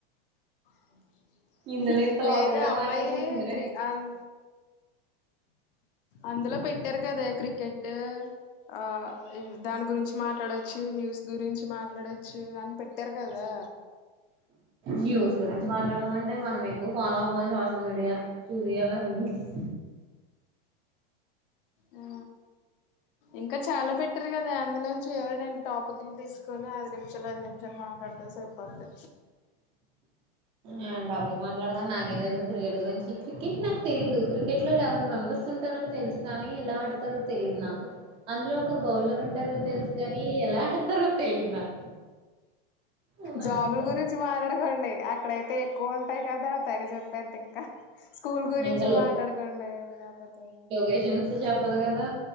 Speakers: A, on the left (about 60°); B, on the right (about 20°).
A: హుమ్
B: ఇందులో ఇంత
A: లేదు
B: లోకల్గా
A: ఆ అమ్మాయి
B: మాట్లాడింది ఇందులో
A: క్రి అన్ అందులో పెట్టారు కదే క్రికెట్ ఆ దాని గురించి మాట్లాడచ్చు న్యూస్ గురించి మాట్లాడొచ్చు అని పెట్టారు కదా
B: న్యూస్ గురించి మాట్లాడదామంటే మనం ఎక్కువ ఫాలో అవ్ సోషల్ మీడియా చూస్యాల రీల్స్
A: ఆ ఇంకా చాలా పెట్టరు కదా అందులో ఏవో రెండు టాపిక్లు తీసుకొని ఐదు నిమిషాలు ఐదు నిమిషాలు మాట్లాడితే సరిపోద్ది
B: అ డాబయికి మాట్లాడతా నాకేం తెలుదు క్రికెట్ గురించి క్రికెట్ నాకు తెలీదు క్రికెట్ లో లెవెన్ మెంబర్స్ ఉంటారని తెలుసు కానీ ఎలా ఆడతారో తెలీదు నా అందులో ఒక బౌలర్ ఉంటరని తెలుసు గాని ఎలా ఆడతారో తెలీదు నాకు ఉన్నాను
A: జాబుల
B: ఇంకా
A: గురించి మాట్లాడకండి అక్కడైతే ఎక్కువ టాయి కదా తెగ చెప్పేదింక స్కూల్ గురించి
B: ఇంకా
A: మాట్లాడుకోండి లేకపోతే
B: యెషన్స్ జెప్ తప్పదు కదా